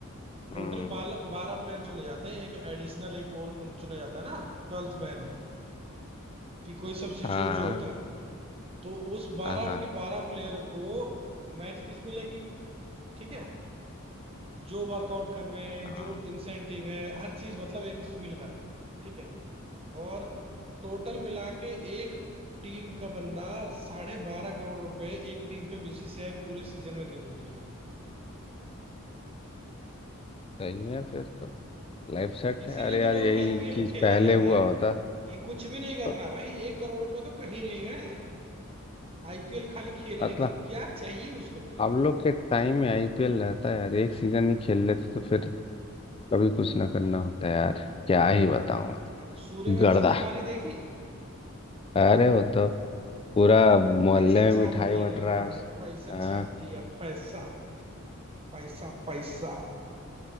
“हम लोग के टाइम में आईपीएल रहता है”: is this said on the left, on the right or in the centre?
Left